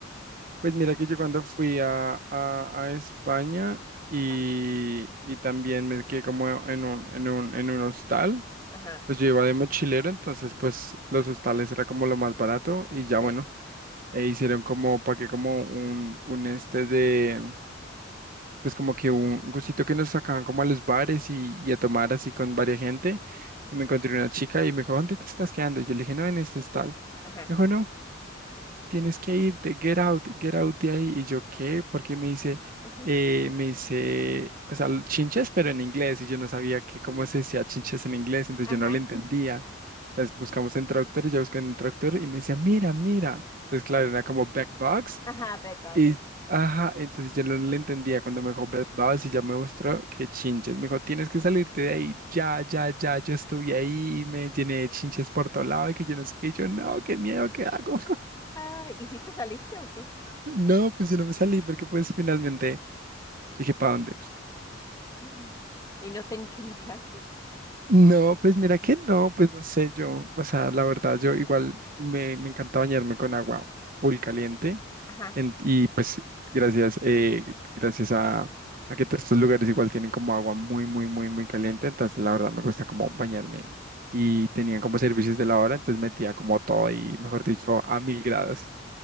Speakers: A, on the right (about 45°); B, on the left (about 20°).
A: Pues mira que yo cuando fui a, a, a España y,
B: Ajá,
A: y también me quedé como en un, en un, en un hostal.
B: ajá,
A: Pues yo iba de mochilero, entonces pues los hostales era como lo más barato y ya
B: sí,
A: bueno, e hicieron como, pagué como un, un este de, pues como que un gustito que nos sacaban como a los bares y, y a tomar así con varia gente y me encontré una chica y me dijo, ¿dónde te estás quedando? yo le dije, no, en este hostal
B: ajá,
A: me dijo no tienes que irte, get out, get out de ahí. Y yo, ¿qué? Porque me dice,
B: ujú,
A: eh, me dice, o sea, chinches, pero en inglés, y yo no sabía que cómo
B: mm,
A: se decía chinches en inglés, entonces
B: ajá,
A: yo no lo entendía. Entonces buscamos en traductor, y yo busqué en el traductor, y me decía, mira, mira. Entonces, claro, era como backbox,
B: ajá, bedbugs.
A: y, ajá, entonces yo no le entendía cuando me dijo backbox, y ya me mostró que
B: Mm,
A: chinches. Me dijo, tienes que salirte de ahí, ya, ya, ya, yo estuve ahí, y me llené de chinches por todo lado, y que yo no sé qué, y yo, no, qué miedo, ¿qué hago?
B: Ah, ¿y si te saliste o qué?
A: No, pues yo no me salí porque pues finalmente dije, ¿para dónde?
B: Mm. ¿Y no te enchinchaste?
A: No, pues mira que no, pues no sé yo, o sea, la verdad yo igual me, me encanta bañarme con agua full caliente
B: Ajá,
A: en- y pues gracias, eh, gracias a, a que todos estos lugares igual tienen como agua muy, muy, muy, muy caliente, entonces la verdad
B: ujú,
A: me gusta como bañarme y tenían como servicios de la hora, entonces metía como todo y mejor dicho a mil grados.